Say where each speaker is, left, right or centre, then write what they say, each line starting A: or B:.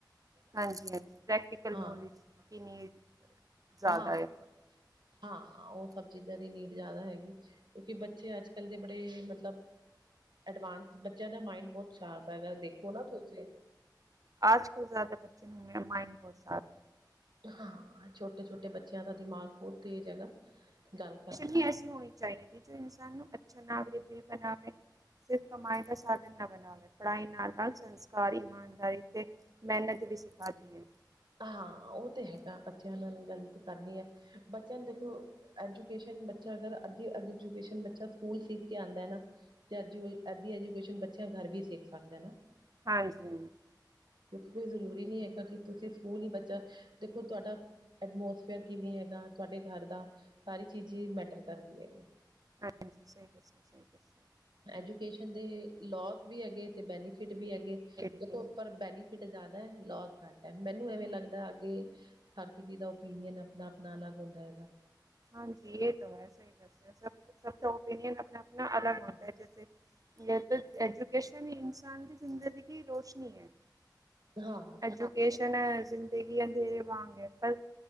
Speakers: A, on the right; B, on the right.
A: ਹਾਂਜੀ-ਹਾਂਜੀ ਪ੍ਰੈਕਟੀਕਲ
B: ਹਾਂ
A: ਨੋਲੇਜ ਦੀ ਨੀਡ ਜਾਦਾ
B: ਹਾਂ
A: ਐ।
B: ਹਾਂ ਓ ਸਭ ਚੀਜ਼ਾਂ ਦੀ ਨੀਡ ਜਾਦਾ ਹੈਗੀ ਕਿਓਂਕਿ ਬੱਚੇ ਅੱਜ-ਕੱਲ ਦੇ ਬੜੇ ਮਤਲਬ ਐਡਵਾਂਸ ਬੱਚਿਆਂ ਦਾ ਮਾਇੰਡ ਬੋਤ ਸ਼ਾਰਪ ਹੈਗਾ ਦੇਖੋ ਨਾ ਤੁਸੀਂ।
A: ਆਜ ਕਲ ਜ਼ਾਦਾ ਬੱਚੇ ਨੂੰ ਮੇਰਾ ਮਾਇੰਡ ਬੋਤ ਸ਼ਾਰਪ ਐ।
B: ਹਾਂ ਛੋਟੇ-ਛੋਟੇ ਬੱਚਿਆਂ ਦਾ ਦਿਮਾਗ ਬੋਤ ਤੇਜ਼ ਹੈਗਾ, ਗੱਲ ਕਰ
A: ਨੀ ਐਸੀ ਹੋਈਂ ਚਾਈਦੀ ਜੋ ਇਨਸਾਨ ਨੂੰ ਅੱਛਾ ਨਾਗਰਿਕ ਵੀ ਬਨਾਵੇ। ਸਿਰਫ ਕਮਾਈ ਦਾ ਸਾਧਨ ਨਾ ਬਨਾਵੇ ਪੜਾਈ ਨਾਲ-ਨਾਲ ਸੰਸਕਾਰ, ਇਮਾਨਦਾਰੀ ਤੇ ਮੇਅਨਤ ਵੀ ਸਿਖਾਤੀ ਏ।
B: ਹਾਂ ਓ ਤੇ ਹੈਗਾ ਬੱਚਿਆਂ ਨਾਲ ਗੱਲ ਵੀ ਕਰਨੀ ਐ ਬੱਚਿਆਂ ਨੂੰ ਤੋ ਐਜੂਕੇਸ਼ਨ ਬੱਚਾ, ਅਗਰ ਅੱਦੀ ਐਜੂਕੇਸ਼ਨ ਬੱਚਾ ਸਕੂਲ ਸਿੱਖ ਕੇ ਆਂਦੈ ਨਾ ਤੇ ਐਜੂ, ਅੱਦੀ ਐਜੂਕੇਸ਼ਨ ਬੱਚਾ ਗਰ ਵੀ ਸਿੱਖ ਸਕਦਾ ਨਾ।
A: ਹਾਂਜੀ ਹਾਂ।
B: ਕਿਉਂਕਿ ਕੋਈ ਜ਼ਰੂਰੀ ਨੀਂ ਹੈਗਾ ਕਿ, ਤੁਸੀ ਸਕੂਲ ਈ ਬੱਚਾ ਦੇਖੋ ਤੁਆਡਾ ਐਟਮੋਸਫੇਅਰ ਕਿਵੇਂ ਹੈਗਾ, ਤੁਆਡੇ ਗਰ ਦਾ ਸਾਰੀ ਚੀਜ ਈ ਮੈਟਰ ਕਰਦੀ ਹੈਗੀ।
A: ਹਾਂਜੀ, ਸਈ ਦੱਸੇਆ ਸਈ ਦਸ
B: ਐਜੂਕੇਸ਼ਨ ਦੇ ਲੋਸ ਵੀ ਹੈਗੇ, ਤੇ ਬੈਨੀਫਿਟ ਵੀ ਹੈਗੇੋ
A: ਬੈਨੀਫਿਟ
B: ਦੇਖੋ
A: ਹੈਗੇ ਵੀ
B: ਪਰ ਬੈਨੀ ਫਿਟ, ਜਾਦਾ ਲੋਸ ਘੱਟ ਐ ਮੈਨੂੰ ਏਵੇਂ ਲੱਗਦਾ ਅੱਗੇ ਹਰ ਕਿਸੀ ਦਾ, ਓਪੀਨੀਅਨ ਆਪਨਾ-ਆਪਨਾ ਅਲੱਗ ਹੁੰਦਾ ਹੈਗਾ।
A: ਹਾਂਜੀ, ਏ ਤੋ ਹੈ ਸਈ ਦੱਸੇਆ, ਸਬ-ਸਬ ਦਾ ਓਪੀਨੀਅਨ ਆਪਨਾ-ਆਪਨਾ ਅਲੱਗ ਹੁੰਦਾ ਐ ਜੈਸੇ ਜੈਸੇ ਐਜੂਕੇਸ਼ਨ ਇਨਸਾਨ ਦੀ ਜ਼ਿੰਦਗੀ ਕੀ ਰੋਸ਼ਨੀ ਐ।
B: ਹਾਂ।
A: ਐਜੂਕੇਸ਼ਨ ਐ ਜ਼ਿੰਦਗੀ ਅੰਧੇਰੇ ਵਾਂਗ ਐ, ਪਰ